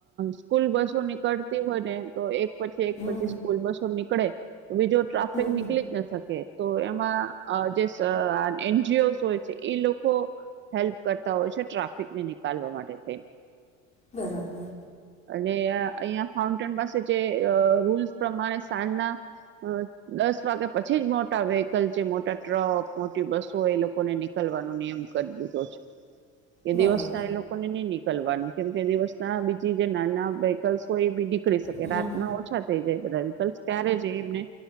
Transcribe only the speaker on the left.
હમ
હમ
બરાબર
બરાબર
હમ